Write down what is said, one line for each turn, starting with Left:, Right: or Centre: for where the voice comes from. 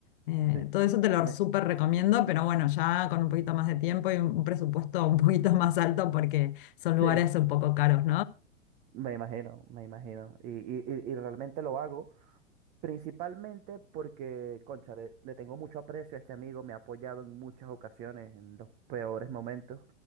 Left: Eh,
Right: sí.
Left: todo eso te lo
Right: Me,
Left: súper recomiendo, pero bueno, ya con un poquito más de tiempo y un un presupuesto un poquito <laughs> más alto porque son lugares
Right: <laughs> sí,
Left: un poco caros,
Right: me imagino, me imagino. Y, y, y y realmente lo hago. Principalmente porque, concha, le, le tengo mucho aprecio a este amigo, me ha apoyado en muchas ocasiones, en los peores momentos.